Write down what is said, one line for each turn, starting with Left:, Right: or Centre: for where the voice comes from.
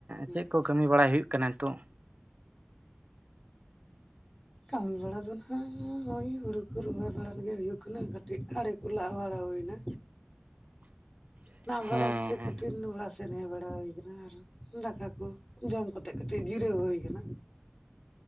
Left: ᱦᱮᱸ
Right: ᱪᱮᱫ ᱠᱚ ᱠᱟᱹᱢᱤ ᱵᱟᱲᱟᱭ ᱦᱩᱭᱩᱜ ᱠᱟᱱᱟ ᱱᱤᱛᱚᱜ᱾
Left: ᱠᱟᱹᱢᱤ ᱵᱟᱲᱟ ᱫᱚ ᱱᱟᱦᱟᱜ ᱱᱚᱜᱼᱚᱭ ᱦᱩᱲᱩ ᱠᱚ ᱨᱚᱦᱚᱭ ᱵᱟᱲᱟᱜᱮ ᱦᱩᱭᱩᱜ ᱠᱟᱱᱟ ᱠᱟᱹᱴᱤᱡ ᱟᱲᱮᱼᱼ ᱚᱞᱟᱜ ᱵᱟᱲᱟ ᱦᱩᱭ ᱮᱱᱟ᱾
Right: <inaudible>
Left: ᱞᱟᱜ
Right: ᱦᱮᱸ
Left: ᱵᱟᱲᱟ ᱠᱟᱛᱮ
Right: ᱦᱮᱸ
Left: ᱠᱟᱹᱴᱤᱱ ᱚᱲᱟᱜ ᱥᱮᱱ ᱦᱮᱜ ᱵᱟᱲᱟ ᱦᱩᱭ ᱟᱠᱟᱱᱟ ᱟᱨᱼᱼ ᱫᱟᱠᱟ ᱠᱚ ᱡᱚᱢ ᱠᱟᱛᱮᱜ ᱠᱟᱹᱴᱤᱡ ᱡᱤᱨᱟᱹᱣ ᱦᱩᱭ ᱟᱠᱟᱱᱟ᱾